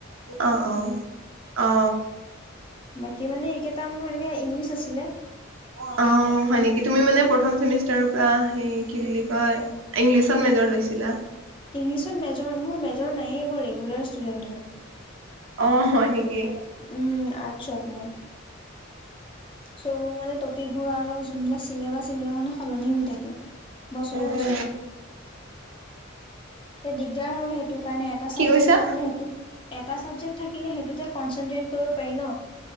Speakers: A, on the right; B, on the left.
A: অ অ অ।
B: বাকী মানে এইকেইটা মোৰ এনেকে ইংলিছ আছিলে।
A: অ অ। অ হয় নেকি তুমি মানে প্ৰথম চেমিষ্টাৰৰ পৰা কি বুলি কয় ইংলিছত মেজৰ লৈছিলা।
B: ইংলিছত মেজ মোৰ মেজৰ নায়েই মোৰ ৰেগুলাৰ ষ্টুডেণ্ট হয়।
A: অ, হয় নেকি?
B: উম, আৰ্টছত মই। চ' মোৰ মানে টপিক বোৰ আৰু যোনবিলাক চিলেবাছ সবিলাক মানে সলনি হৈ থাকে। বছৰি
A: উ -
B: বছৰি
A: উ।
B: দিগদাৰ হয় সেইটো কাৰণে এটা চাবজেক্ট
A: কি কৈছা
B: থাকিলে সেইটো এটা চাবজেক্ট থাকিলে সেইটো ন কৰিব পাৰি ন